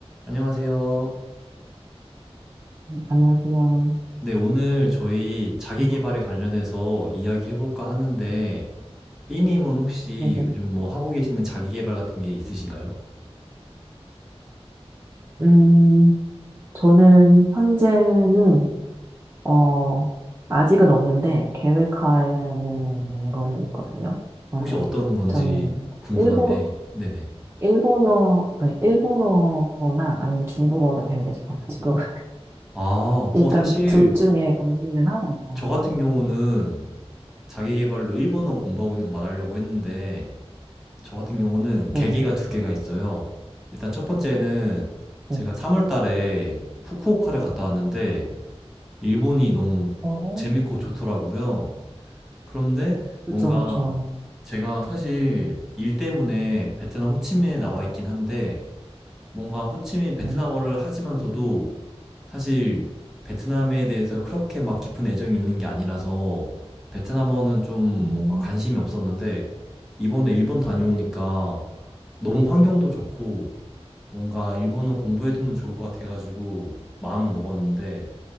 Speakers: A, in the centre; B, on the right.
A: 안녕하세요.
B: 네, 안녕하세요.
A: 네, 오늘 저희 자기계발에
B: 네,
A: 관련해서 이야기해볼까 하는데, B님은 혹시
B: 네. 네.
A: 요즘 뭐 하고 계시는 자기계발 같은 게 있으신가요?
B: 음, 저는 현재는, 어, 아직은 없는데, 계획하는 거는 있거든요. 그래서
A: 혹시 어떤 건지
B: 저는
A: 궁금한데,
B: 일본,
A: 네네.
B: 일본어, 네, 일본어나 아니면 중국어로 배우고 싶어가지고, <laughs>
A: 아,
B: 일단
A: 어, 사실
B: 둘 중에 고민은 하고 있어요.
A: 저 같은 경우는 자기계발로 일본어 공부하고 있는 거 말하려고 했는데, 저 같은 경우는
B: 네네,
A: 계기가 두 개가 있어요. 일단 첫 번째는
B: 네.
A: 제가 3월 달에 후쿠오카를 갔다 왔는데, 일본이 너무
B: 어,
A: 재밌고 좋더라고요. 그런데
B: 그쵸,
A: 뭔가
B: 그쵸.
A: 제가 사실 일 때문에 베트남 호치민에 나와 있긴 한데 뭔가 호치민 베트남어를
B: 네.
A: 하지만서도 사실 베트남에 대해서 그렇게 막 깊은 애정이 있는 게 아니라서 베트남어는 좀
B: 음,
A: 뭔가 관심이 없었는데 이번에 일본 다녀오니까 너무 환경도 좋고 뭔가 일본어 공부해두면 좋을 것 같아가지고 마음 먹었는데